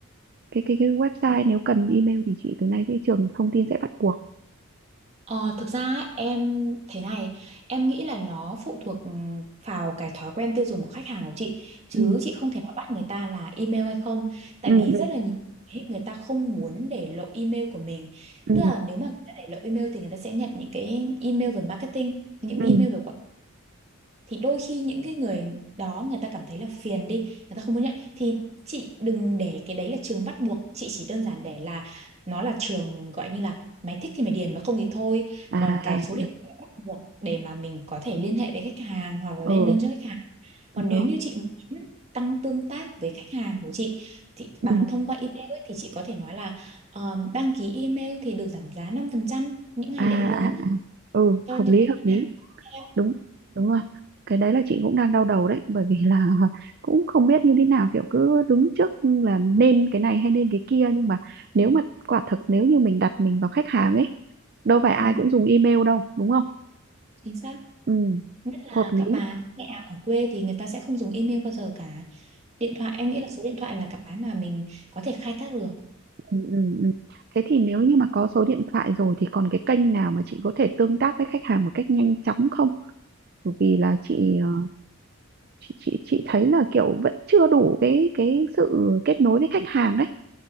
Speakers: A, on the right (about 45°); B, on the right (about 30°).
A: cái cái cái website nếu cần email thì chị từ nay cái trường thông tin sẽ bắt buộc
B: Ờ, thực ra ấy, em thế này em nghĩ là nó phụ thuộc ừm, vào cái thói quen tiêu dùng của khách hàng của chị chứ
A: ừ
B: chị không thể nói bắt người ta là email hay không tại
A: ừ
B: vì
A: ừ
B: rất là nhiều khi người ta không muốn để lộ email của mình
A: ừ
B: tức là nếu mà người ta để lộ email thì người ta sẽ nhận những cái email về marketing những
A: ừ
B: email về quảng thì đôi khi những cái người đó người ta cảm thấy là phiền đi người ta không muốn nhận thì chị đừng để cái đấy là trường bắt buộc chị chỉ đơn giản để là nó là trường gọi như là mày thích thì mày điền mà không thì thôi
A: à
B: còn cái số điện thoại bắt buộc để mà mình có thể liên hệ với khách hàng hoặc là
A: ừ
B: lên đơn cho khách hàng còn
A: đúng
B: nếu
A: rồi
B: như chị muốn tăng tương tác với khách hàng của chị thì bằng
A: ừ.
B: thông qua email ấy, thì chị có thể nói là ờ, đăng ký email thì được giảm giá 5% những ngày
A: à à
B: lễ lớn
A: à. ừ
B: cho
A: hợp
B: những
A: lý hợp
B: ngân
A: lý
B: hàng tiếp theo.
A: đúng đúng rồi cái đấy là chị cũng đang đau đầu đấy bởi vì là <laughs> cũng không biết như thế nào kiểu cứ đứng trước là nên cái này hay nên cái kia nhưng mà nếu mà quả thực nếu như mình đặt mình vào khách hàng ấy đâu phải ai
B: Ừ,
A: cũng dùng email đâu đúng không
B: chính xác.
A: ừ
B: nhất là
A: hợp lý
B: các bà các mẹ ở quê thì người ta sẽ không dùng email bao giờ cả điện thoại em nghĩ là số điện thoại là cái mà mình có thể khai thác được
A: ừ, ừ, ừ. thế thì nếu như mà có số điện thoại rồi thì còn cái kênh nào mà chị có thể tương tác với khách hàng một cách nhanh chóng không bởi vì là chị ờ, chị chị chị thấy là kiểu vẫn chưa đủ cái cái sự kết nối với khách hàng đấy